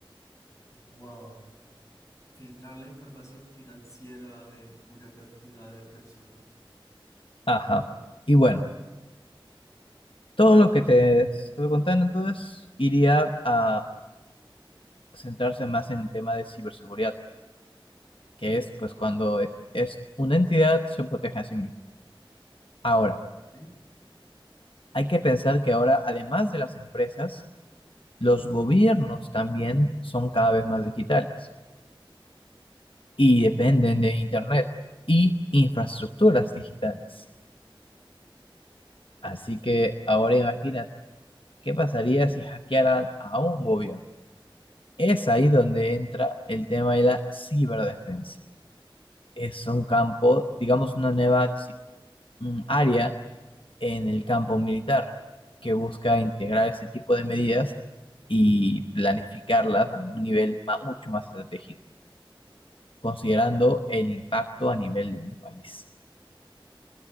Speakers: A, on the left; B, on the left.
A: Wow, filtrar la información financiera de una cantidad de personas.
B: Ajá. Y bueno, todo lo que te estuve contando entonces iría a centrarse más en el tema de ciberseguridad, que es pues cuando es una entidad se protege a sí misma. Ahora,
A: ¿Sí?
B: hay que pensar que ahora, además de las empresas, los gobiernos también son cada vez más digitales. y dependen
A: Ok,
B: de Internet y infraestructuras digitales. Así que ahora imagina qué pasaría si hackearan a un gobierno. Es ahí donde entra el tema de la ciberdefensa. Es un campo, digamos, una nueva disci- un área en el campo militar que busca integrar ese tipo de medidas y planificarlas a un nivel ma- mucho más estratégico, considerando el impacto a nivel de un país.